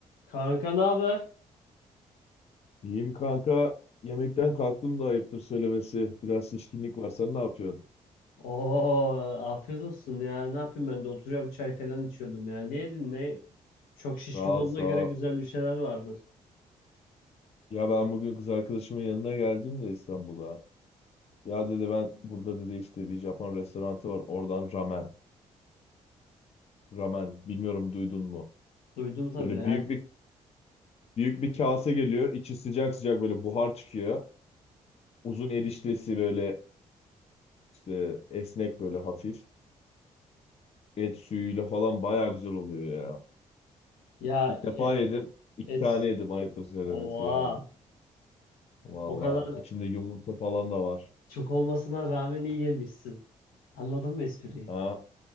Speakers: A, on the left; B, on the left.
A: Kanka ne haber?
B: İyiyim kanka. Yemekten kalktım da ayıptır söylemesi. Biraz şişkinlik var. Sen ne yapıyorsun?
A: Oo, afiyet olsun ya. Ne yapayım ben de oturuyorum çay falan içiyordum ya. Ne yedin ne? Çok şişkin
B: Sağ
A: olduğuna
B: ol, sağ
A: göre
B: ol.
A: güzel bir şeyler vardır.
B: Ya ben bugün kız arkadaşımın yanına geldim de İstanbul'a. Ya dedi ben burada dedi işte bir Japon restoranı var. Oradan ramen. Ramen. Bilmiyorum duydun mu?
A: Duydum tabii
B: Böyle
A: he.
B: büyük bir büyük bir kase geliyor. İçi sıcak sıcak böyle buhar çıkıyor. Uzun eriştesi böyle işte esnek böyle hafif. Et suyuyla falan bayağı güzel oluyor ya.
A: Ya
B: İlk
A: e-
B: defa yedim. İki
A: et.
B: tane yedim ayıptır söylemesi
A: Oha.
B: yani. Valla
A: O kadar
B: içinde yumurta falan da var.
A: çok olmasına rağmen iyi yemişsin. Anladın mı espriyi?
B: Ha,